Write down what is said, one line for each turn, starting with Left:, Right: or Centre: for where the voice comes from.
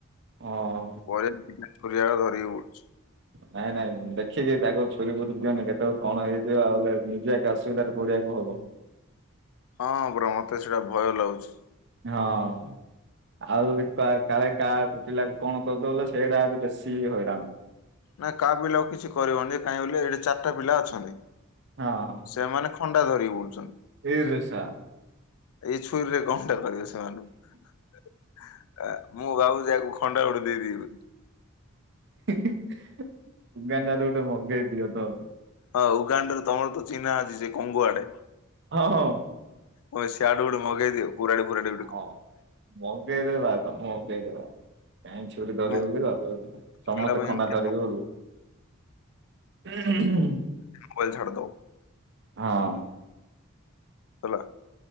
Right: ହଁ
Left: ପରେ ଛୁରୀ ଏଗା ଧରିକି ବୁଲୁଛି।
Right: ନାଇଁ ନାଇଁ ଦେଖିିକି ତାକୁ ଛୁରୀ ଫୁରି ଦିଅନି କେତେବେଳେ କଣ ହେଇଯିବ ଆଉଲେ ନିଜେ ଏକେ ଅସୁବିଧାରେ ପଡେଇଆକୁ ହବ।
Left: ହଁ ପରା ମୋତେ ସେଇଟା ଭୟ ଲାଗୁଛି।
Right: ହଁ। ଆଉ କାଳେ କାହା ପିଲାକୁ କଣ କରିଦଉଲେ ସେଇଟା ବେଶୀ ହଇରାଣ।
Left: ନାଇଁ କାହା ପିଲା ଆକୁ କିଛି କରିବନି କାହିଁ ବୋଲି ଏଠି ଚାରିଟା ପିଲା ଅଛନ୍ତି।
Right: ହଁ।
Left: ସେମାନେ ଖଣ୍ଡା ଧରିକି ବୁଲଛନ୍ତି।
Right: ଇରେ ସା।
Left: ଏଇ ଛୁରୀରେ କଣଟା କରିବ ସି ସେ ମୁଁ ଭାବୁଚି ଆକୁ ଖଣ୍ଡା ଗୋଟେ ଦେଇଦେବି ବୋଲି।
Right: ଉଗଣ୍ଡାରୁ ଗୋଟେ ମଗେଇ ଦିଅ ତ।
Left: ହଁ ଉଗାଣ୍ଡ ରେ ତମର ତ ଚିହ୍ନା ଅଛି ସେ କଙ୍ଗୁଆଡେ।
Right: ହଁ ହଁ।
Left: ହ ସିଆଡୁ ଗୋଟେ ମଗେଇଦିଅ। କୁରାଡି ଫୁରାଡ଼ି
Right: ହଁ ମଗେଇଦେବା। ମଗେଇଦବା କାହିଁ ଛୁୁରୀ ଧରିକି
Left: ମୁଁ
Right: ବୁଲିବ ଆଉ ସମସ୍ତେ
Left: ପିଲା ପାଇଁ
Right: ଖଣ୍ଡା
Left: ଏମିତି
Right: ଧରିକି ବୁଲିବ। <unintelligible>
Left: ମୋବାଇଲ ଛାଡିଦବ
Right: ହଁ।
Left: ହେଲା।